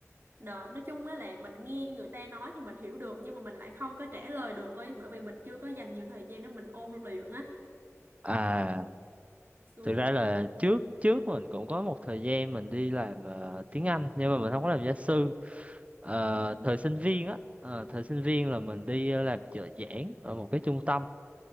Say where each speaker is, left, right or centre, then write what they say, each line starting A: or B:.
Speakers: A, on the right; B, on the right.
A: N, nói chung á là mình nghe người ta nói thì mình hiểu được nhưng mà mình lại không có trả lời được ấy bởi vì mình chưa có dành nhiều thời gian để mình ôn luyện á
B: À,
A: Xu.
B: thực ra là trước trước mình cũng có một thời gian mình đi làm ờ, tiếng Anh nhưng mà mình không có làm gia sư. Ờ,
A: Ừ,
B: thời sinh viên á, ờ, thời sinh viên là mình đi làm trợ giảng ở một cái trung tâm.